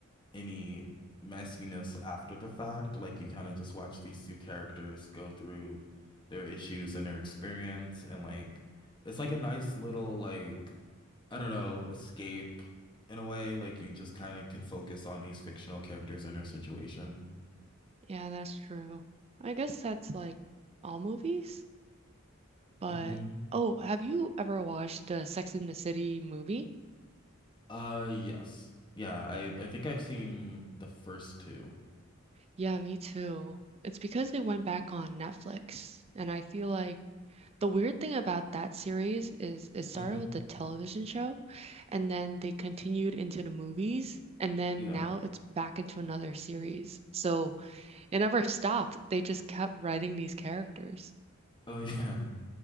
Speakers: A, on the left; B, on the right.
A: any messiness after the fact. Like you kind of just watch these two characters go through their issues and their experience and like it's like a nice little like I don't know, escape in a way. Like you just kind of can focus on these fictional characters and their situation.
B: Yeah, that's true. I guess that's like all movies, but
A: hmm
B: oh, have you ever watched the Sex and the City movie?
A: Uh yes. Yeah, I I think I've seen the first two.
B: Yeah, me too. It's because they went back on Netflix, and I feel like the weird thing about that series is it started
A: Mm-hmm.
B: with a television show and then they continued into the movies and then
A: Yeah.
B: now it's back into another series. So it never stopped. They just kept writing these characters.
A: Oh yeah. <laughs>